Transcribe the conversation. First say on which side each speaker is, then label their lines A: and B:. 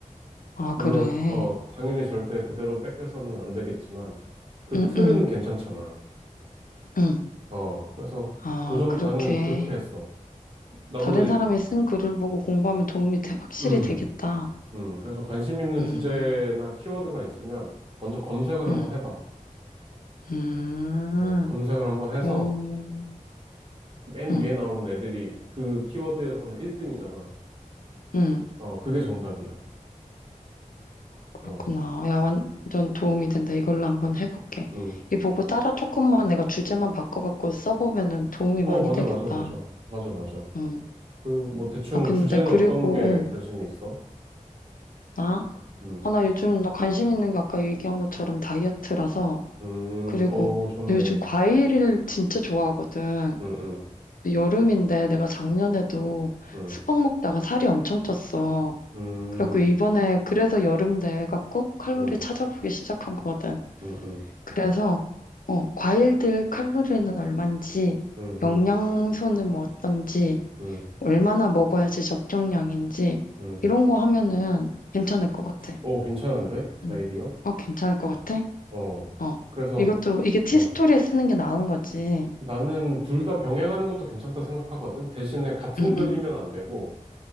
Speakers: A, on the left; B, on the right.
A: 아,
B: 물론,
A: 그래.
B: 어, 당연히 절대 그대로 뺏겨서는 안 되겠지만, 그
A: 응,
B: 틀은
A: 응,
B: 괜찮잖아.
A: 응.
B: 어, 그래서
A: 아,
B: 고정,
A: 그렇게
B: 나는 그렇게 했어. 나도,
A: 다른 사람이 쓴 글을 보고 공부하면 도움이 돼- 확실히
B: 음,
A: 되겠다.
B: 음, 그래서 관심 있는
A: 음,
B: 주제나 키워드가 있으면, 먼저 검색을 한번
A: 음,
B: 해봐.
A: 음.
B: 어, 검색을 한번 해서,
A: 오,
B: 맨
A: 응,
B: 위에 나오는 애들이 그 키워드에서는 1등이잖아.
A: 응.
B: 어, 그게 정답이야.
A: 그렇구나.
B: 어.
A: 야, 완전 도움이 된다. 이걸로 한번 해볼게.
B: 음.
A: 이 보고 따라 조금만 내가 주제만 바꿔갖고 써보면은 도움이
B: 어,
A: 많이
B: 맞아,
A: 되겠다.
B: 맞아, 맞아. 맞아, 맞아.
A: 응.
B: 그리고 뭐 대충
A: 아, 근데
B: 주제는
A: 그리고,
B: 어떤 게
A: 어,
B: 관심이 있어?
A: 나?
B: 음,
A: 아, 나 요즘 나 관심 있는 게 아까 얘기한 것처럼 다이어트라서.
B: 음,
A: 그리고
B: 오, 좋네.
A: 나 요즘 과일을 진짜 좋아하거든.
B: 음, 음,
A: 근데 여름인데 내가 작년에도
B: 음,
A: 수박 먹다가 살이 엄청 쪘어.
B: 음,
A: 그래갖고 이번에 그래서 여름 돼 갖고 칼로리
B: 음,
A: 찾아보기 시작한 거거든.
B: 음, 음,
A: 그래서 어, 과일들 칼로리는 얼만지,
B: 음,
A: 영양소는
B: 음,
A: 뭐 어떤지,
B: 음,
A: 얼마나 먹어야지 적정량인지
B: 음.
A: 이런 거 하면은 괜찮을 것 같아.
B: 오, 괜찮은데? 아이디어?
A: 응. 어, 괜찮을 것 같아?
B: 어.
A: 어.
B: 그래서,
A: 이것도 이게 티스토리에
B: 어.
A: 쓰는 게 나은 거지.
B: 나는 둘 다 병행하는 것도 괜찮다 생각하거든. 대신에 같은
A: 응,
B: 글이면
A: 응,
B: 안 되고,